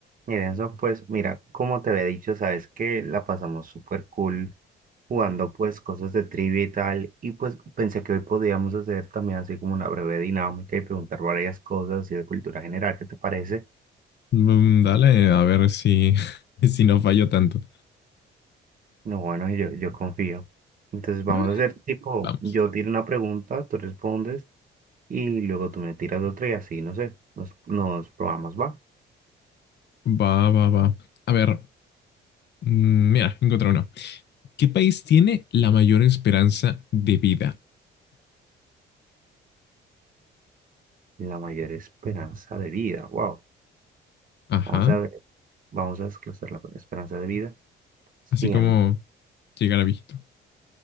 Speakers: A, on the right (about 45°); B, on the left (about 60°).
A: Miren, eso pues, mira, como te había dicho, sabes que la pasamos súper cool jugando pues cosas de trivia y tal, y pues pensé que hoy podíamos hacer también así como una breve dinámica y preguntar varias cosas así de cultura general, ¿qué te parece?
B: Mm, Dale, a ver si, <laughs> si no fallo tanto.
A: No, bueno, yo, yo confío. Entonces vamos
B: Eh,
A: a hacer tipo,
B: Vamos.
A: yo tiro una pregunta, tú respondes y luego tú me tiras otra y así, no sé, nos, nos probamos, va.
B: Va, va, va. A ver, mm, mira, encontré uno. ¿Qué país tiene la mayor esperanza de vida?
A: La mayor esperanza de vida, wow.
B: Ajá,
A: Vamos a ver, vamos a desglosar la esperanza de vida. cien
B: así como llegar a viejito.